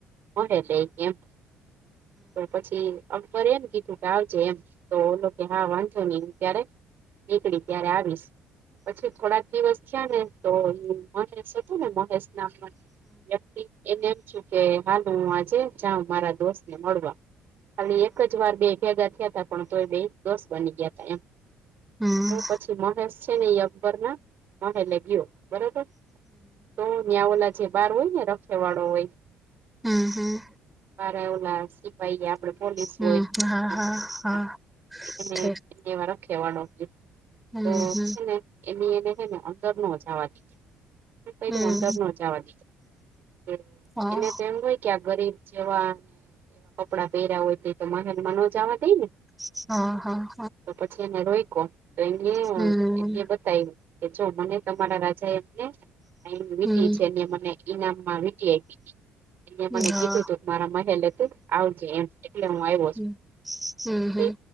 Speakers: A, on the right; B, in the centre.
A: મહેલ એમ- તો પછી અકબર એમ કીધું કે આવજે એમ તો હા વાંધો નહી ત્યારે- નીકળી ત્યારે આવીશ, પછી થોડાક દિવસ થયા ને- તો મહેશ હતું ને, મહેશ નામનો વ્યક્તિ- એને એમ છુ કે હાલ હું આજે જાઉં મારા દોસ્ત ને મળવા- ખાલી એક જ વાર બે ભેગા થયા હતા પણ તો એ બે દોસ બની ગયાતા એમ-
B: હમ્મ
A: તો પછી મહેશ છે ને એ અકબરના મહેલે ગયો, બરોબર તો- ત્યાં ઓલા જે બાર હોય ને રખેવાળો હોય-
B: હમ્મ હમ્મ
A: બારા ઓલા સિપાહી, આપડે પોલીસ
B: હમ
A: હોય.
B: હા હા હા
A: એને
B: ઠીક
A: એવા રખેવાડ
B: હમ
A: તો
B: હમ
A: છે ને એની એને છેને. અંદરનો જાવા દે
B: હમ
A: અંદર ન જવા દીધો
B: હા
A: એને તો એમ હોય કે આ ગરીબ. જેવા કપડાં પહેર્યા હોય તે તો મહેલમાં નો જાવા દઈ ને
B: હ હ
A: તો પછી એને રોઈકો તો
B: હમ
A: એ એ બતાવુ કે જો મને તમારા રાજા એમને વીટી
B: હમ
A: છેને મને ઈનામમાં વીટી આપીતી એલે મને
B: હા
A: કીધું તું મારા મહેલે તુ આવજે એમ એટલે હું આવ્યો
B: હમ હમ
A: છુ.